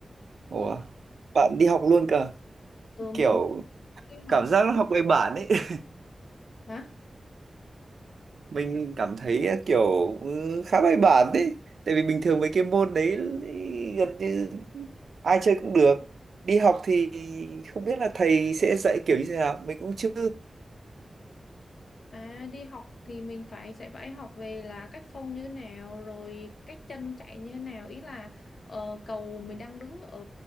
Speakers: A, on the right (about 75°); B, on the left (about 75°).
A: Ủa,
B: ừ.
A: bạn
B: Ừ.
A: đi học luôn cơ,
B: ừ mình
A: kiểu
B: có đi học
A: cảm giác nó học bài bản ấy. <laughs>
B: hả
A: Mình cảm thấy ờ, kiểu ừ, khá bài bản đấy. Tại vì bình thường mấy cái môn đấy ý, gần như ai chơi cũng được. Đi học thì không biết là thầy sẽ dạy kiểu như thế nào, mình cũng chưa.
B: À, đi học thì mình phải sẽ phải học về là cách phông như thế nào rồi cách chân chạy như thế nào ý là ờ, cầu mình đang đứng ở